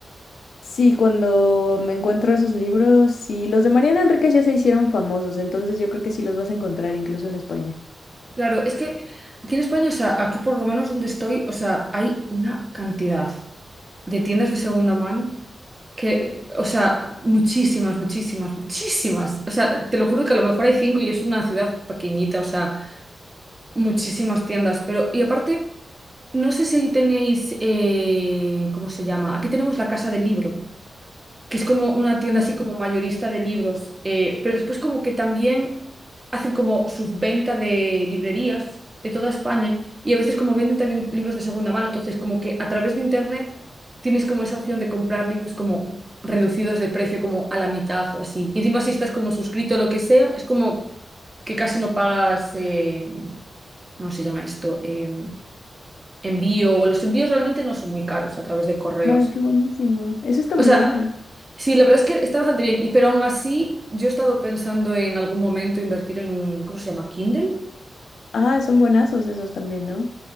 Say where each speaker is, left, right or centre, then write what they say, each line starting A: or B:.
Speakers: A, on the left; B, on the right.
A: Sí, cuando me encuentro esos libros, sí, los de Mariana Enríquez ya se hicieron famosos, entonces yo creo que sí los vas a encontrar incluso en España.
B: Claro, es que aquí en España, o sea, aquí por lo menos donde estoy, o sea, hay una cantidad de tiendas de segunda mano que, o sea, muchísimas, muchísimas, muchísimas. O sea, te lo juro que a lo mejor hay cinco y es una ciudad pequeñita, o sea. Muchísimas tiendas, pero y aparte, no sé si ahí tenéis, eh, ¿cómo se llama? Aquí tenemos la Casa del Libro, que es como una tienda
A: Ah,
B: así como mayorista de libros, eh, pero después como que también hacen como subventa de librerías de toda España y a veces como venden también libros de segunda mano, entonces como que a través de internet tienes como esa opción de comprar libros como reducidos de precio, como a la mitad o así. Y encima si estás como suscrito o lo que sea, es como que casi no pagas, eh, ¿cómo se llama esto? Eh, envío, o los envíos realmente no son muy caros a través de correos.
A: ah, qué buenísimo. Eso está
B: O
A: muy
B: sea,
A: bueno.
B: sí, la verdad es que está bastante bien, y- pero aún así yo he estado pensando en algún momento invertir en un, ¿cómo se llama? Kindle.
A: Ah, son buenazos esos también, ¿no?